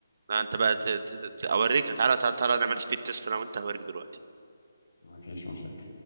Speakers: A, on the right (about 40°); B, on the left (about 70°).
A: لا انت بقى ت- ت- ت- اوريك تعالى تعالى تعالى نعمل سبيد تيست انا وانت هوريك دلوقتي
B: ما فيش مشاكل